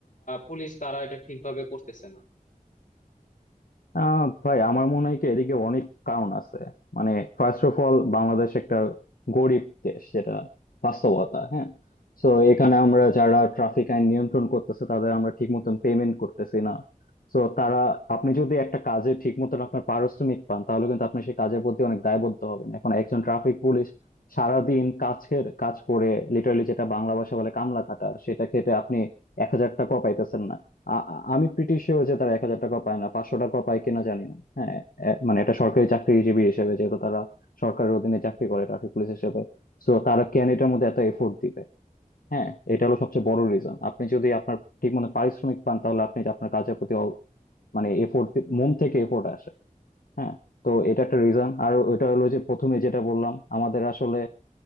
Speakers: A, on the left (about 60°); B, on the left (about 80°).
A: পুলিশ তারা এটা ঠিকভাবে করতেছে না
B: আহ ভাই আমার মনে হয় কি এদিকে অনেক কারণ আছে মানে ফার্স্ট অফ অল বাংলাদেশ একটা গরিব দেশ যেটা বাস্তবতা হ্যাঁ তো এখানে আমরা যারা ট্রাফিক আইন নিয়ন্ত্রণ করতেছে তাদের আমরা ঠিক মতন পেমেন্ট করতেছি না তো তারা আপনি যদি একটা কাজে ঠিক মতন আপনার পারিশ্রমিক পান তাহলে কিন্তু আপনি সেই কাজের প্রতি অনেক দায়বদ্ধ হবেন এখন একজন ট্রাফিক পুলিশ সারাদিন কাজ খেয়ে- কাজ করে লিটারালি যেটা বাংলা ভাষা বলে কামলা খাটা সেটা খেটে আপনি এক হাজার টাকাও পাইতেছেন না আ- আ- আমি প্রিটি শিওর যে তারা এক হাজার টাকা পায় না পাঁচশো টাকা পায় কিনা জানি না হ্যাঁ এ- মানে এটা সরকারি চাকরিজীবী হিসেবে যেহেতু তারা সরকারের অধীনে চাকরি করে ট্রাফিক পুলিশ হিসেবে সো তারা কেন এটার মধ্যে এত এফোর্ট দিবে হ্যাঁ এটা হলো সবচেয়ে বড় রিজন আপনি যদি আপনার ঠিক মতো পারিশ্রমিক পান তাহলে আপনি আপনার কাজের প্রতি অল- মানে এফোর্ট মন থেকে এফোর্ট আসে হ্যাঁ তো এটা একটা রিজন আর ওইটা হলো যে প্রথমে যেটা বললাম আমাদের আসলে